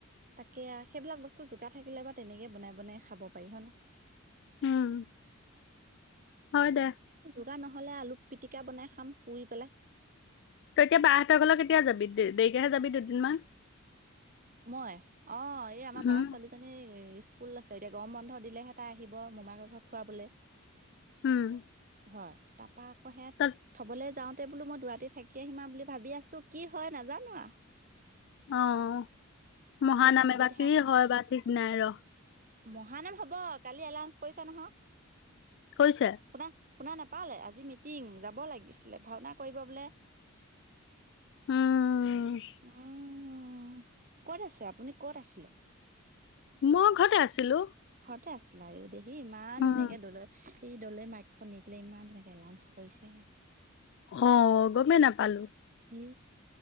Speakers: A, on the right; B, on the left.
A: তাকে আৰ সেইবিলাক বস্তু জোকাৰ থাকিলে বা তেনেকে বনাই বনাই খাব পাৰি হয় ন।
B: উম। হয় দে।
A: বগা নহ'লে আলু পিটিকা বনাই খাম পুৰি পেলাই।
B: তই এতিয়া বা হঁতৰ ঘৰলে কেতিয়া যাবি দে দেৰিকেহে যাবি দুদিনমান।
A: মই অ' এই আমাৰ
B: উম,
A: বা ছোৱালীজনী <unintelligible> আছে এতিয়া গৰম বন্ধ দিলেহে তাই আহিব মোমায়েকৰ ঘৰত ফুৰাবলে।
B: উম।
A: হয় তাৰপাৰা আকৌ সেয়া
B: তাত
A: থ'বলৈ যাওঁতে বোলো মই দুৰাতি থাকি আহিম বুলি ভাবি আছো কি হয় নাজানো আৰু।
B: অ', মহানামে
A: সুবিধা
B: বা কি হয় বা ঠিক নাই ৰ
A: মহানাম হ'ব কালি এলাউঞ্চ কৰিছা নহয়,
B: কৰিছে?
A: শুনা শুনা নাপালে আজি মিটিং যাব লাগিছিলে ভাওনা কৰিব বোলে।
B: উম,
A: উম। উম, ক'ত আছে আপুনি, ক'ত আছিলে?
B: মই ঘৰতে আছিলো।
A: তে আছিলা দেহি ইমান
B: উম,
A: ধুনীয়াকে দল এই দলে মাইখন নি পেলাই ইমান তেনেকে লাঞ্চ পৰিছে
B: অ', গমেই নাপালো।
A: এ